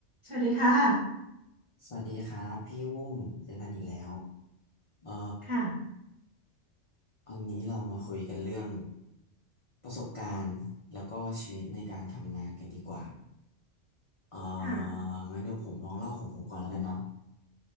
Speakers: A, on the right (about 45°); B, on the left (about 60°).
A: สวัสดีค่ะ
B: สวัสดีครับพี่อุ้มเจอกันอีกแล้วเอ่อ
A: ค่ะ
B: วันนี้เรามาคุยกันเรื่องประสบการณ์แล้วก็ชีวิตในการทำงานกันดีกว่าเอ่อ
A: ค่ะ
B: งั้นเดี๋ยวผมลองเล่าของผมก่อนแล้วกันเนาะ